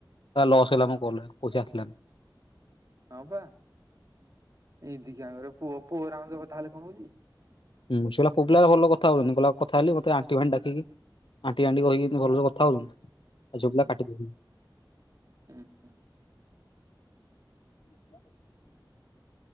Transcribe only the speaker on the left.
ପୁରା ଲସ୍ ହେଲା ମୋ କଲରା ପଇସା ଆସିଲାନି।
ହୁ ସେ କହିଲା ପୁଆପିଲା ଭଲ କଥା ହଉନି କଥା ହେଲି ମତେ ଆଣ୍ଟି ଫାଣ୍ଟି ଡାକିକି ଆଣ୍ଟି ଆଣ୍ଟି କହିକି ଭଲ କଥା ହଉନୁ। ଆଉଝିଅ
ପିଲା କାଟିଛ
<unintelligible>